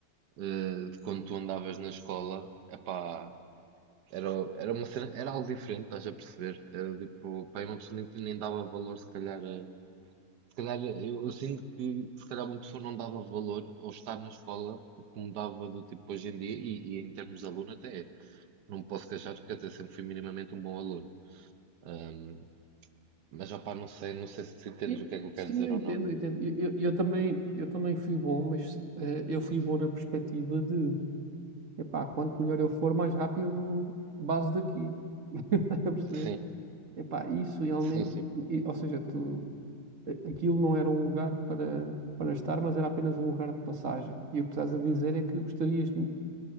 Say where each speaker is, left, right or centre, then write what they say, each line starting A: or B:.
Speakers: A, on the right; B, on the right.
A: eh, de quando tu andavas na escola, epá, era, era uma cena, era algo diferente, estás a perceber? Era, tipo, pá, uma pessoa nem, nem dava valor se calhar a se calhar, eu, eu sinto que se calhar uma pessoa não dava valor ao estar na escola como dava do tipo hoje em dia, e, e em termos de aluno até é. Não me posso queixar, porque até sempre fui minimamente um bom aluno. Ahm, mas já pá, não sei, não sei se entendes
B: Sim,
A: o que é que eu quero
B: sim,
A: dizer
B: eu
A: ou
B: entendo,
A: não.
B: eu entendo. Eu, eu, eu também, eu também fui bom, mas eh, eu fui bom na perspectiva de, epá, quanto melhor eu for, mais rápido base daqui. <laughs> Estás a perceber?
A: Sim,
B: Epá, isso realmente,
A: sim, sim.
B: e- ou seja, tu, a- aquilo não era um lugar para, para estar, mas era apenas um lugar de passagem. E o que estás a dizer é que gostarias de,